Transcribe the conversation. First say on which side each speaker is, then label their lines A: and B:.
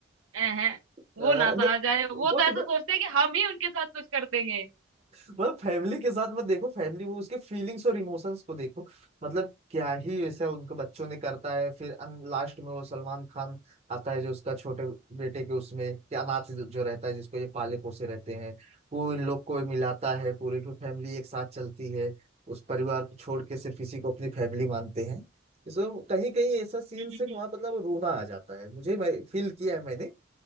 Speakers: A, on the right; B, on the right.
A: हैं
B: अ,
A: वो ना सहा
B: नहीं,
A: जाए वो
B: वो
A: तो ऐसा
B: तो
A: सोचते हैं कि हम ही उनके साथ कुछ कर देंगे
B: मतलब फैमिली के साथ मत देखो फैमिली वो उसके फीलिंग्स और इमोशंस को देखो मतलब क्या ही ऐसा उनके बच्चों ने करता है फिर लास्ट में वो सलमान खान आता है जो उसका छोटे बेटे के उसमें कि अनाथ जो जो रहता है जिसको ये पाले पोसे रहते हैं वो इन लोग को मिलाता है पूरी फैमिली एक साथ चलती है उस परिवार को छोड़ के सिर्फ इसी को अपनी फैमिली मानते हैं इसमें कहीं कहीं ऐसा सीन
A: हम्म
B: से वहां मतलब रोना आ जाता है मुझे मैं फील किया है मैंने